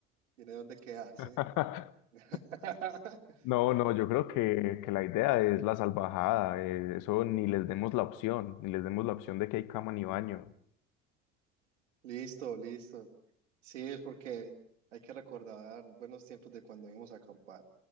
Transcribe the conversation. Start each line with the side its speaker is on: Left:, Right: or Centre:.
Right: tiene donde quedarse.
Left: <laughs>
Right: <laughs>
Left: No, no, yo creo que, que la idea es la salvajada, eh, eso ni les demos la opción, ni les demos la opción de que hay cama ni baño.
Right: Listo, listo. Sí, es porque hay que recordar buenos tiempos de cuando íbamos a acampar